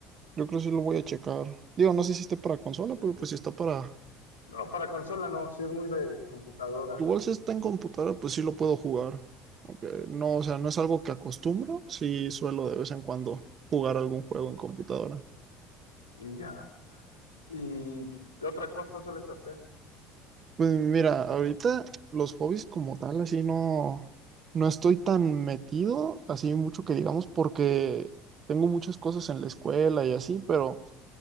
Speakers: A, on the right; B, on the left.
A: yo creo que sí lo voy a checar. Digo, no sé si esté para consola, pero pues si está para
B: No, para consola no, sí es muy de computadora.
A: Igual si está en computadora, pues sí lo puedo jugar. Eh, no, o sea, no es algo que acostumbro, sí suelo de vez en cuando jugar algún juego en computadora.
B: Y ya. ¿Y qué otra cosa sueles hacer?
A: Pues mira, ahorita los hobbies como tal, así no, no estoy tan metido, así mucho que digamos, porque tengo muchas cosas en la escuela y así, pero,